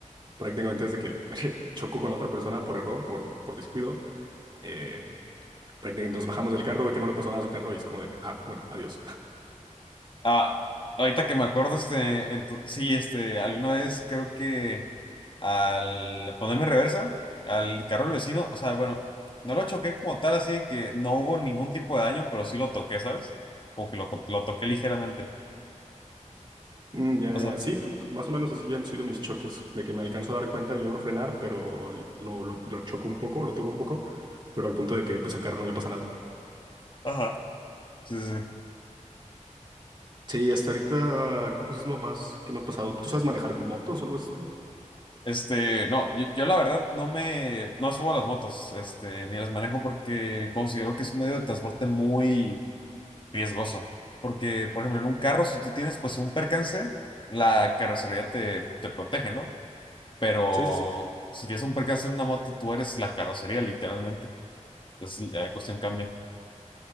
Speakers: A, on the right; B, on the left.
A: prácticamente desde que <laughs> chocó con la otra persona por error, por, por descuido, eh, prácticamente nos bajamos del carro, ve que no le pasó nada a su carro y es como de, ah, bueno, adiós. <laughs>
B: Ah, ahorita que me acuerdo, este, ento- sí, este, alguna vez creo que al ponerme reversa al carro del vecino, o sea, bueno, no lo choqué como tal, así que no hubo ningún tipo de daño, pero sí lo toqué, ¿sabes? Como que lo, lo toqué ligeramente.
A: Mm, ya,
B: O sea,
A: ya. Sí, pues más o menos así ya han sido mis choques, de que me alcanzo a dar cuenta y logro frenar, pero lo, lo, lo choco un poco, lo toco un poco, pero al punto de que pues el carro no le pasa nada.
B: ajá. Sí, sí. sí.
A: Sí, hasta ahorita creo que eso es lo más que me ha pasado. ¿Tú sabes manejar motos o algo de ese estilo?
B: Este, no, yo, yo la verdad no me, no subo a las motos, este, ni las manejo porque considero que es un medio de transporte muy riesgoso. Porque, por ejemplo, en un carro, si tú tienes pues un percance, la carrocería te, te protege, ¿no? Pero
A: Sí, sí, sí.
B: si tienes un percance en una moto, tú eres la carrocería, literalmente. Entonces la cuestión cambia.